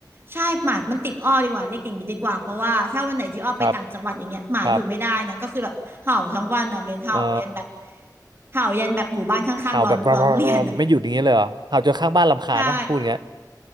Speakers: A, on the right; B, on the right.
A: ใช่หมามันติดอ้อดีกว่าเรียกอย่างนี้ดีกว่าเพราะว่าถ้าวันไหนที่อ้อไปต่างจังหวัดอย่างเงี้ยหมาอยู่ไม่ได้นะก็คือแบบเห่าทั้งวันอ่ะเบนเห่ายันแบบ
B: ครับครับเออ
A: เห่ายันแบบหมู่บ้านข้างๆร้องร้องเรียนอ่ะ
B: เห่าแบบ <laughs> ไม่หยุดอย่างเงี้ยเลยเหรอเห่าจนข้างบ้านรำคาญปะพูดอย่างเงี้ย
A: ใช่